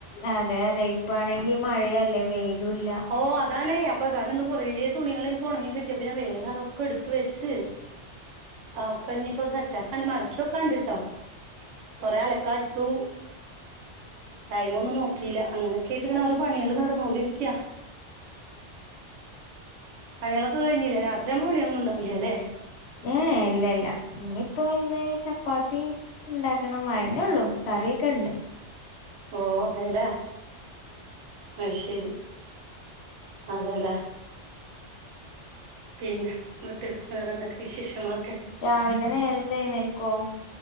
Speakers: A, on the left; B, on the right.
A: അതെ അതെ ഇപ്പ ആണെങ്കിൽ മഴയല്ലേ വെയിലുംല്ല
B: ഓ അതാണ് അപ്പ അത് കാരണം ഇന്ന് കുറേ തുണികൾ എനിക്ക് ഉണങ്ങി കിട്ടിയപ്പ ഞാൻ വേഗം അതൊക്കെ എടുത്ത് വെച്ച് ആ ഒക്കെ ഞ്ഞിപ്പൊ സെറ്റാക്ക ഞ്ഞി മടക്യെക്കാണ്ട് ട്ടോ കൊറെ അലക്കാ ഇട്ടു ടൈമൊന്നും നോക്കില്ല അങ്ങനെ കീട്ട് ങ്ങനെ ഓരോ പണ്യാള് നടന്നോണ്ടിരിക്ക പണ്യാളൊക്കെ കഴിഞ്ഞില്ലേ രാത്രിയാവുമ്പോ പണ്യാളൊന്നുണ്ടാവില്ല ല്ലേ
A: ഏ ഇല്ല ല്ല ഇനിയിപ്പോ ഇന്ന് ചപ്പാത്തി ണ്ടാക്കണം അതെന്നൊള്ളു കറിയൊക്കെണ്ട്
B: ഓ അതെല്ലേ അത് ശെരി അതെല്ലേ പിന്നെ ന്ന്ട്ട് വേറെന്തൊക്കെ വിശേഷങ്ങളൊക്കെ
A: രാവിലെ നേരത്തെ എഴ്ന്നേൽക്കോ